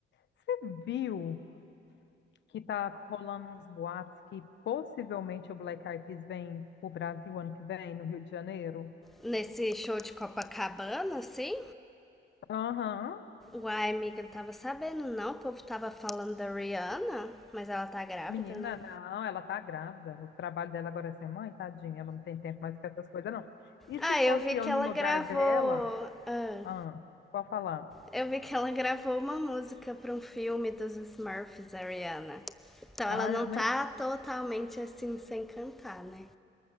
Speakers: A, on the left (about 65°); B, in the centre.
A: você viu que tá rolando uns boatos que possivelmente o Black Eyed Peas vem pro Brasil ano que vem, no Rio de Janeiro?
B: Nesse show de Copacabana, assim?
A: Aham.
B: Uai, amiga, não tava sabendo não. O povo tava falando da Rihanna, mas ela tá grávida,
A: Menina,
B: né?
A: não, ela tá grávida. O trabalho dela agora é ser mãe, tadinha. Ela não tem tempo mais pra essas coisas, não. E
B: Ah,
A: se fosse
B: eu vi que
A: eu
B: ela
A: no lugar
B: gravou.
A: dela?
B: ah,
A: Ah, pode falar.
B: eu vi que ela gravou uma música pra um filme dos Smurfs, a Rihanna. Então
A: Ah,
B: ela não
A: eu
B: tá
A: nem vi.
B: totalmente assim sem cantar, né?